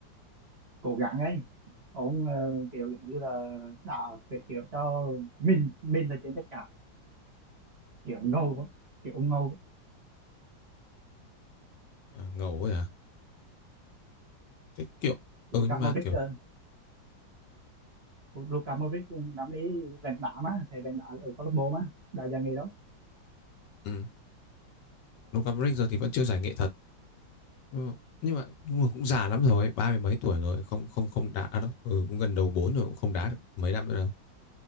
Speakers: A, on the right; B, on the left.
A: cố gắng ấy ông ờ, kiểu giống như là đã phải kiểu cho mình mình là trên tất cả kiểu ngầu á, kiểu ngầu á.
B: À, ngầu ấy à? Thế kiểu ừ
A: Luka
B: nhưng mà
A: Modric
B: kiểu
A: ờ, Luka Modric nắm lấy vàng đá mà thầy vàng đá ở câu lạc bộ mà đã già nghỉ đó
B: ừ, Luka Modric giờ thì vẫn chưa giải nghệ thật. Ừ. Nhưng mà nhưng mà cũng già lắm rồi ấy, ba mươi mấy tuổi rồi không không không đá đâu ừ, cũng gần đầu bốn rồi cũng không đá được mấy năm nữa đâu